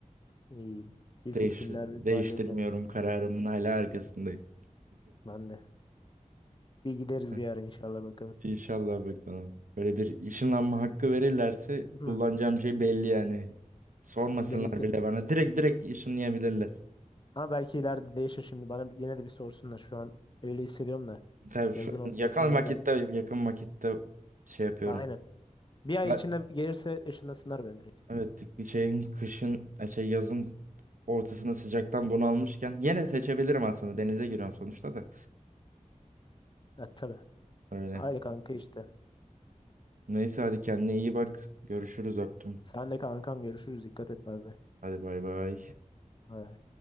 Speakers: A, on the left; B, on the right.
A: İyi. Bir
B: Değişti,
A: Filipinler, bir
B: değiştirmiyorum
A: Maldivler.
B: kararımın hala arkasındayım.
A: Ben de. Bir gideriz
B: <laughs>
A: bir ara inşallah bakalım.
B: İnşallah bakalım. Böyle bir ışınlanma hakkı verirlerse
A: Hı,
B: kullanacağım şey belli yani. Sormasınlar
A: Benimki
B: bile bana. Direkt direkt ışınlayabilirler.
A: Ama belki ileride değişir şimdi. Bana bir- yine de bir sorsunlar. Şu an öyle hissediyorum da.
B: Tabii şu
A: Yazın ortasında
B: an yakın vakitte
A: belki
B: yakın
A: de.
B: vakitte şey yapıyorum.
A: Aynen. Bir ay
B: Ben,
A: içinde gelirse ışınlasınlar beni direkt.
B: evet bir şeyin kışın e, şey yazın ortasında sıcaktan bunalmışken yine seçebilirim aslında. Denize giriyorum sonuçta da.
A: Evet tabii.
B: Öyle.
A: Aile kanka işte.
B: Neyse hadi kendine iyi bak. Görüşürüz öptüm.
A: Sen de kankam görüşürüz. Dikkat et abi.
B: Hadi bay bay.
A: Bay bay.